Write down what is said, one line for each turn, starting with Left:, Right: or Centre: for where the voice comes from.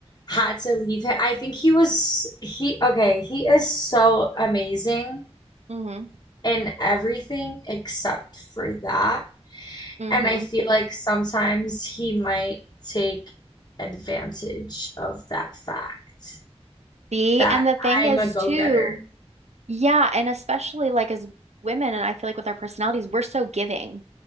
Left: had to leave him. I think he was he okay, he is so amazing
Right: Mhm
Left: in everything except for that.
Right: mhm.
Left: And I feel like sometimes he might take advantage of that fact
Right: See,
Left: that
Right: and the thing
Left: I'm
Right: is
Left: a go-getter.
Right: too Yeah, and especially like as women, and I feel like with our personalities, we're so giving.